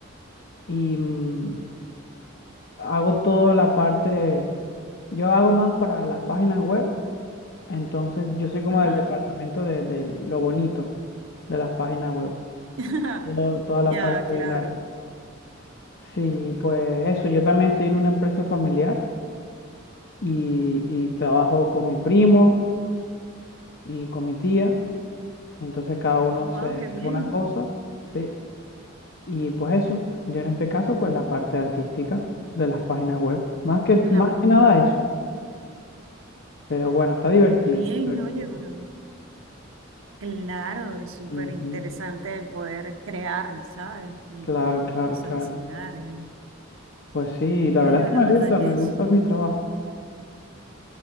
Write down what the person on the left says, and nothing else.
y mm, hago toda la parte, yo hago más para las páginas web, entonces yo soy como
del departamento de, de lo bonito de las páginas web,
todo- toda la
parte
del arte. Sí, pues eso, yo también estoy en una empresa familiar y, y trabajo con mi primo. y con mi tía, y entonces cada uno
se dedica
a una cosa, ¿sí? Y pues eso, yo en este caso, pues la parte artística de las páginas web, más que,
más que nada eso, pero bueno, está divertido,
divertido.
Ujú.
Claro, claro,
claro.
Pues sí, la
verdad es que
me
gusta,
me
gusta mi trabajo.